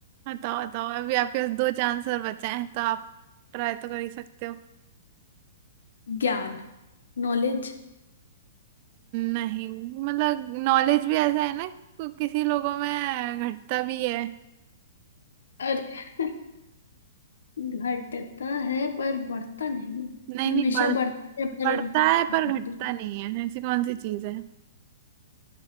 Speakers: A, on the right (about 45°); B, on the left (about 75°).
A: बताओ बताओ अभी आपके पास दो चांस और बचे हैं तो आप ट्राई तो कर ही सकते हो
B: ज्ञान नॉलेज
A: नहीं मतलब नॉलेज भी ऐसा है ना कि किसी लोगों में घटता भी है
B: अरे <laughs> घटता है पर बढ़ता नहीं
A: नहीं
B: जो हमेशा
A: नहीं बढ़
B: बढ़ता है पर
A: बढ़ता है पर
B: घट
A: घटता नहीं है ऐसी कौन सी चीज है